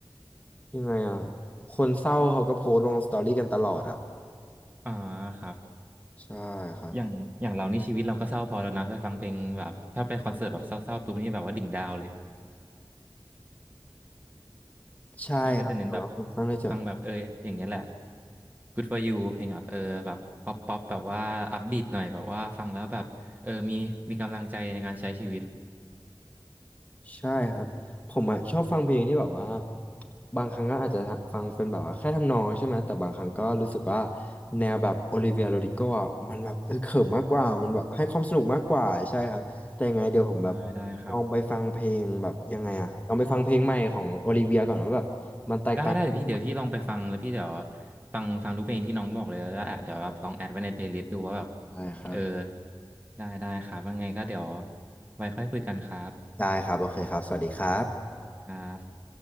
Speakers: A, on the left (about 15°); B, on the right (about 20°).
A: ยังไงอ่ะคนเศร้าเขาก็โพสต์ลงสตอรี่กันตลอดอ่ะ
B: อ๋อครับ
A: ใช่ครับ
B: อย่างอย่างเรานี่ชีวิตเราก็เศร้าพอแล้วนะไปฟังเพลงแบบถ้าไปคอนเสิร์ตแบบเศร้าๆปุ๊บนี่แบบว่าดิ่งดาวเลย
A: ใช่ครับแต่ว่าผมค่อนข้างจะ
B: พี่ก็จะเน้นแบบฟังแบบเอออย่างเงี้ยแหละ Good for you เพลงแบบเออแบบป๊อปป๊อปแบบว่าอัพบีทหน่อยแบบว่าฟังแล้วแบบเออมีมีกำลังใจในการใช้ชีวิต
A: ใช่ครับผมอ่ะชอบฟังเพลงที่แบบว่าบางครั้งก็อาจจะฟังเป็นแบบว่าแค่ทำนองใช่ไหมแต่บางครั้งก็รู้สึกว่าแนวแบบโอลิเวียโรดิโกอ่ะมันแบบเออเขิมมากกว่ามันแบบให้ความสนุกมากกว่าใช่ครับแต่ยังไงเดี๋ยวผมแบบ
B: ได้ได้ครับ
A: ลองไปฟังเพลงแบบยังไงอ่ะลองไปฟังเพลงใหม่ของโอลิเวียก่อนว่าแบบมันแตกต่างกัน
B: ได้ได้เดี๋ยวพี่เดี๋ยวพี่ลองไปฟังแล้วพี่เดี๋ยวฟังฟังทุกเพลงที่น้องบอกเลยแล้วแอบเดี๋ยวแบบลองแอดไว้ในเพลย์ลิสต์ดูว่าแบบ
A: ใช่ครับ
B: เออได้ได้ครับว่าไงก็เดี๋ยวไว้ค่อยคุยกันครับ
A: ได้ครับโอเคครับสวัสดีครับ
B: ครับ